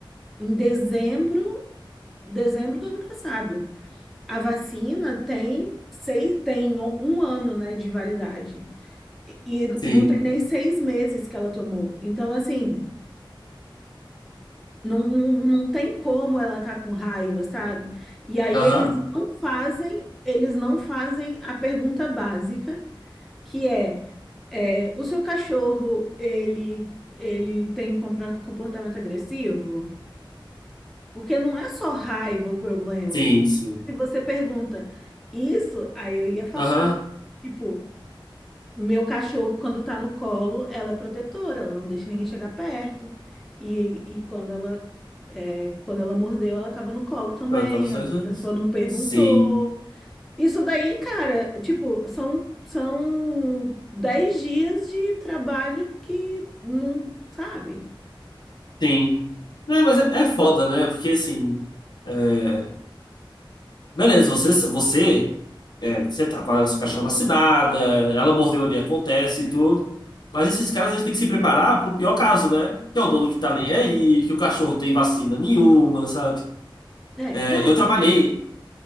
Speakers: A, in the centre; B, on the left (about 55°).
A: em dezembro, dezembro do ano passado. A vacina tem seis, tem um um ano, né, de validade. E e
B: sim.
A: não tem nem seis meses que ela tomou. Então, assim, Não, não, não tem como ela tá com raiva, sabe? E aí
B: Aham,
A: eles não fazem, eles não fazem a pergunta básica, que é, é, o seu cachorro, ele, ele tem compra- comportamento agressivo? Porque não é só raiva o problema.
B: sim, sim.
A: Se você pergunta isso, aí eu ia falar.
B: Aham.
A: Tipo, meu cachorro, quando tá no colo, ela é protetora, ela não deixa ninguém chegar perto. E, e quando ela, é, quando ela mordeu, ela tava no colo também,
B: Não, tá nos dois
A: a
B: anos.
A: pessoa não perguntou.
B: Sim,
A: Isso daí, cara, tipo, são, são 10 dias de trabalho que não sabe.
B: sim. Não, mas é, é foda, né? Porque assim. é, Beleza, você, você, é, você tá com a sua cachorra vacinada, ela mordeu ali, acontece e tudo. Mas esses caras, eles têm que se preparar pro pior caso, né? Que é o dono que tá nem aí, que o cachorro tem vacina nenhuma, sabe?
A: É,
B: É,
A: não,
B: eu
A: sim.
B: trabalhei,